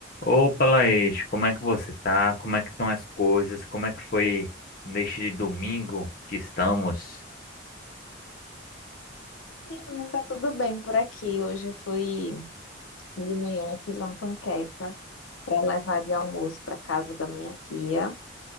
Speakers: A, on the left (about 45°); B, on the left (about 80°).
A: Opa, Laís, como é que você tá? Como é que estão as coisas? Como é que foi neste domingo que estamos?
B: Não, tá tudo bem por aqui. Hoje eu fui de manhã, fiz uma panqueca para levar de almoço para casa da minha tia.